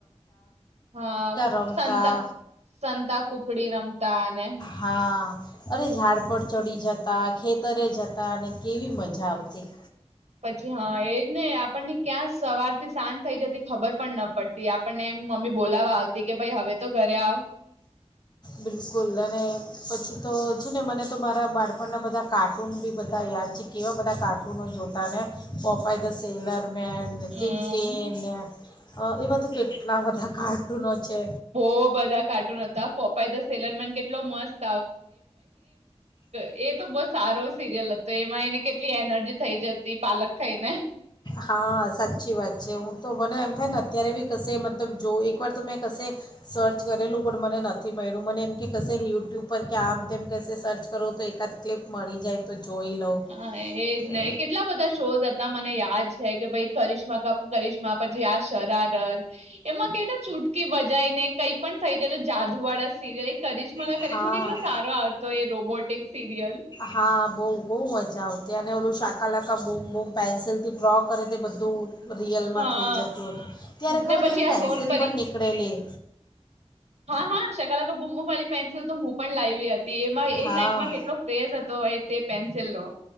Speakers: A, on the right; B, on the left.
A: હા
B: રમતા
A: સંતા સંતા કુકડી રમતા અને
B: હા અરે ઝાડ પર ચડી જતા ખેતરે જતા અને કેવી મજા આવતી.
A: પછી હા એજ ને આપણને ક્યાં સવાર થી સાંજ થઈ જતી ખબર પણ ન પડતી આપણને એમ મમ્મી બોલાવવા આવતી કે ભાઈ હવે તો ઘરે આવ.
B: બિલકુલ અને પછી તો છે ને મને તો મારા બાળપણના બધા કાર્ટૂન બી બધા યાદ છે કેવા બધા કાર્ટૂનો જોતા પોપાઈ દ સેલરમેનન,
A: હમ
B: ટીન ટેન ને એવા તો કેટલા બધા કા જૂનો છે.
A: હો બધા કાર્ટૂન હતા. પોપાાઈ ધ સેલરમેન કેટલો મસ્ત એ-એ તો બહુ સારો સિરિયલ હતો એમાં એને કેટલી એનર્જી થઈ જતી. પાલક ખાઈ ને
B: હા સાચી વાત છે હું તો મને એમ થાય ને અત્યારે બી કશે મતલબ જો એકવાર તો મેં કશે સર્ચ કરેલું પણ મને નથી મળ્યું મને એમ કે કશે યુટ્યુબ પર કે આમ તેમ કશે સર્ચ કરું તો એકાદ ક્લિપ મળી જાય તો જોઈ લઉં
A: હા એજ
B: અ,
A: ને કેટલા બધા શોઝ મને યાદ છે કે ભાઈ કરશ્ કા કરિશ્મા પછી આ શરારત એમાં કેટલા ચૂટકી બજાઈ ને કઈ પણ થઈ જાય જાદુ વાળા સિરિયલ એ કરિશ્મા-કરિશ્મા
B: તો હા
A: કેટલો સારો આવતો એ રોબોટિક સિરિયલ
B: હા બહુ બહુ મજા આવતી અને ઓલું શાકાલાાકા બુમ-બુમ પેન્સિલથી ડ્રો કરે તે બધું રિયલમાં
A: હા
B: થઈ જતું હતું ત્યારે
A: ને
B: ખબર
A: પછી
B: એવી
A: આ
B: પેન્સિલ
A: સોનપરી
B: પણ નીકળેલી
A: હા હા સગલાંગા બુમબુમ વાળી પેન્સિલ તો હું પણ લાયવી હતી એમાં એ
B: હા
A: ટાઈમમાં કેટલો ક્રેઝ હતો તે પેન્સિલનો